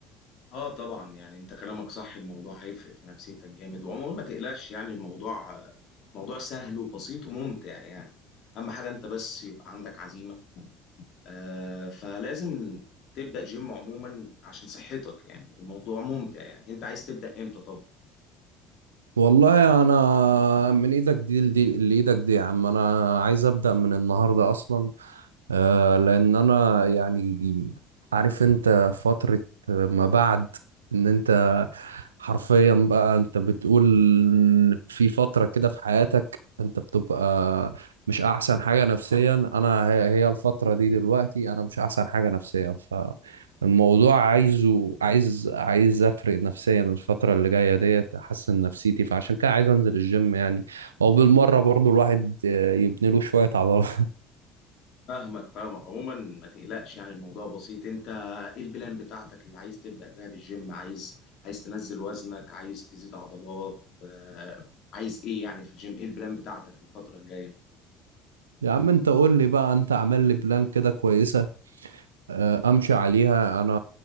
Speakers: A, on the left; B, on the right.
A: اه طبعا يعني انت كلامك صح الموضوع هيفرق في نفسيتك جامد وعموما ما تقلقش يعني الموضوع موضوع سهل وبسيط وممتع يعني اهم حاجة انت بس يبقى عندك عزيمة آه فلازم تبدأ جيم عموما عشان صحتك يعني والموضوع ممتع يعني انت عايز تبدأ امتى طب
B: والله انا من ايدك دي لدي- لايدك دي يا عم انا عايز ابدا من النهارده اصلا آه لان انا يعني عارف انت فترة ما بعد ان انت حرفيا بقى انت بتقول في فترة كده في حياتك انت بتبقى مش احسن حاجة نفسيا انا هي هي الفترة دي دلوقتي انا مش احسن حاجة نفسيا فالموضوع عايزه عايز عايز افرق نفسيا الفترة اللي جاية ديت احسن نفسيتي فعشان كده عايز انزل الجيم يعني او بالمرة برضو الواحد آه، يبني له شوية عضلات
A: فاهمك فاهمك عموما ما تقلقش يعني الموضوع بسيط انت ايه البلان بتاعتك اللي عايز تبدأ بيها في الجيم عايز عايز تنزل وزنك عايز تزيد عضلات آه عايز ايه يعني في الجيم ايه البلان بتاعتك الفترة الجاية
B: يا عم انت قول لي بقى انت عامل لي بلان كده كويسة آه، امشي عليها انا